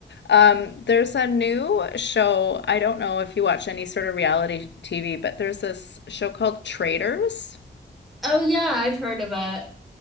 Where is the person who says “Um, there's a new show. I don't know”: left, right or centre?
Left